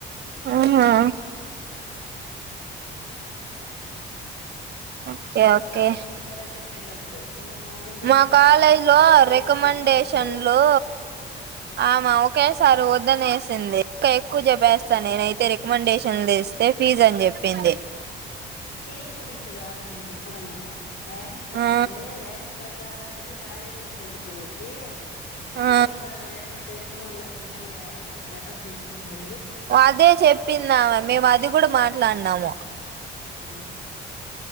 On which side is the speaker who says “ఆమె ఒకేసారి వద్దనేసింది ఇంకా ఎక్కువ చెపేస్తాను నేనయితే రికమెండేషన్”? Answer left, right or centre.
Right